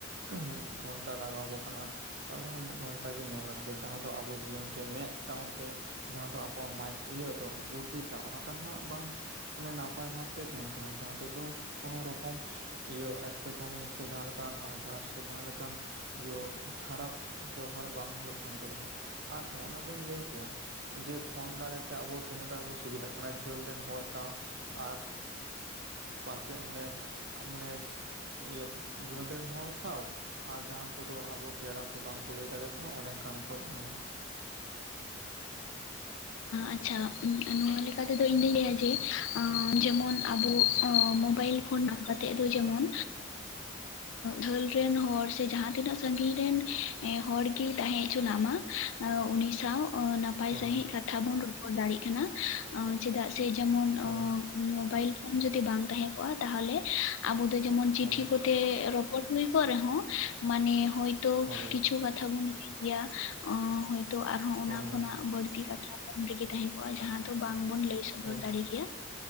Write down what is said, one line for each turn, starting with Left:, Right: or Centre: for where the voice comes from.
Right: ᱢᱤᱫ ᱜᱷᱚᱱᱴᱟ ᱞᱟᱜᱟᱣ ᱟᱵᱚ ᱠᱟᱱᱟ ᱛᱟᱦᱞᱮ ᱦᱚᱸ ᱢᱤᱫ ᱜᱷᱚᱱᱴᱟ ᱜᱮ ᱧᱮᱞ ᱩᱪᱤᱛ ᱡᱟᱦᱟᱸ ᱫᱚ ᱟᱵᱚ ᱡᱤᱭᱚᱱ ᱨᱮ ᱢᱮᱫ ᱥᱟᱶᱛᱮ ᱡᱟᱦᱟᱸ ᱫᱚ ᱟᱵᱚᱣᱟᱜ ᱢᱟ ᱤᱭᱟᱹ ᱛᱚ ᱵᱩᱫᱽᱫᱷᱤᱴᱟ ᱚᱱᱟᱴᱟᱜ ᱦᱟᱸᱜ ᱵᱟᱝ ᱢᱟᱱᱮ ᱱᱟᱯᱟᱭ ᱵᱷᱟᱵᱛᱮᱭ ᱛᱟᱦᱮᱱ ᱠᱟᱱᱟ ᱡᱟᱦᱟᱸ ᱛᱮᱫᱚ ᱠᱳᱱᱳ ᱨᱚᱠᱚᱢ ᱤᱭᱟᱹ ᱮᱴᱠᱮᱴᱚᱬᱮ ᱥᱮ ᱡᱟᱦᱟᱸ ᱞᱮᱠᱟᱱ ᱟᱡᱟᱨ ᱥᱮ ᱡᱟᱦᱟᱸᱞᱮᱠᱟᱱ ᱡᱤᱭᱟᱹ ᱠᱷᱟᱨᱟᱵ ᱵᱮᱣᱦᱟᱨ ᱵᱟᱝ ᱦᱳᱭᱳᱜ ᱠᱟᱱ ᱛᱟᱵᱳᱱᱟ ᱟᱨ ᱦᱚᱸᱜ ᱱᱟ ᱵᱮᱱ ᱞᱟᱹᱭ ᱠᱮᱭᱟ ᱡᱮ ᱯᱷᱳᱱ ᱫᱟᱨᱮᱭ ᱛᱮ ᱟᱵᱚ ᱛᱤᱱᱟᱹᱜ ᱜᱟ ᱵᱚ ᱥᱩᱵᱤᱫᱷᱟᱜ ᱠᱟᱱᱟ ᱡᱷᱟᱹᱞ ᱨᱮᱱ ᱦᱚᱲ ᱥᱟᱶ ᱟᱨ ᱯᱟᱥᱮᱡ ᱚᱸᱰᱮ ᱢᱟᱱᱮ ᱤᱭᱟᱹ ᱡᱷᱟᱹᱞ ᱨᱮᱱ ᱦᱚᱲ ᱥᱟᱶ ᱟᱨ ᱡᱟᱦᱟᱸ ᱠᱚᱫᱚ ᱟᱵᱚ ᱯᱮᱲᱟ ᱠᱚ ᱵᱟᱝᱵᱚᱱ ᱞᱟᱹᱭ ᱫᱟᱲᱮ ᱚᱱᱮ ᱚᱱᱟᱠᱚ ᱢᱟᱱᱮ
Left: ᱟᱪᱪᱷᱟ ᱱᱚᱣᱟ ᱞᱮᱠᱟ ᱛᱮᱫᱚ ᱤᱧᱫᱩᱧ ᱞᱟᱹᱭᱟ ᱡᱮ ᱡᱮᱢᱚᱱ ᱟᱵᱚ ᱢᱳᱵᱟᱭᱤᱞ ᱯᱷᱳᱱ ᱱᱟᱢᱵᱟᱨ ᱛᱮᱫ ᱫᱚ ᱡᱮᱢᱚᱱ ᱡᱷᱟᱹᱞ ᱨᱮᱱ ᱦᱚᱲ ᱥᱮ ᱡᱟᱦᱟᱸ ᱛᱤᱱᱟᱹᱜ ᱥᱟᱹᱜᱤᱧ ᱨᱮᱱ ᱦᱚᱲ ᱜᱮᱭ ᱛᱟᱦᱮᱸ ᱦᱚᱪᱚᱱᱟᱜ ᱢᱟ ᱩᱱᱤ ᱥᱟᱶ ᱱᱟᱯᱟᱭ ᱱᱟᱯᱟᱭ
Right: ᱦᱳᱭ
Left: ᱥᱟᱺᱦᱤᱡ ᱠᱟᱛᱷᱟ ᱵᱚᱱ ᱨᱚᱯᱚᱲ ᱫᱟᱲᱮᱜ ᱠᱟᱱᱟ᱾ ᱪᱮᱫᱟᱜ ᱥᱮ? ᱡᱮᱢᱚᱱ
Right: ᱦᱳᱭ
Left: ᱢᱳᱵᱟᱭᱤᱞ ᱯᱷᱳᱱ ᱡᱩᱫᱤ ᱵᱟᱝ ᱛᱟᱦᱮᱸ ᱠᱚᱜᱼᱟ᱾ ᱛᱟᱦᱚᱞᱮ ᱟᱵᱚ ᱫᱚ ᱡᱮᱢᱚᱱ ᱪᱤᱴᱷᱤ
Right: ᱦᱳᱭ
Left: ᱠᱚ ᱛᱮ ᱨᱚᱯᱚᱲ ᱦᱩᱭ ᱠᱚᱜ ᱨᱮᱦᱚᱸ ᱢᱟᱱᱮ ᱦᱳᱭ ᱛᱚ
Right: ᱦᱳᱭ
Left: ᱠᱤᱪᱷᱩ ᱠᱟᱛᱷᱟ ᱵᱚᱱ ᱞᱟᱹᱭ ᱠᱮᱭᱟ᱾ ᱦᱚᱭᱛᱚ ᱟᱨᱦᱚᱸ ᱚᱱᱟ
Right: ᱦᱳᱭ
Left: ᱠᱷᱚᱱᱟᱜ ᱵᱟᱹᱲᱛᱤ ᱠᱟᱛᱷᱟ ᱚᱱ ᱨᱮᱜᱮ ᱛᱟᱦᱮᱸ ᱠᱚᱜᱼᱟ᱾ ᱡᱟᱦᱟᱸ ᱫᱚ ᱵᱟᱝᱵᱚᱱ ᱞᱟᱹᱭ ᱥᱚᱫᱚᱨ
Right: ᱦᱳᱭ
Left: ᱫᱟᱲᱮ ᱠᱮᱭᱟ᱾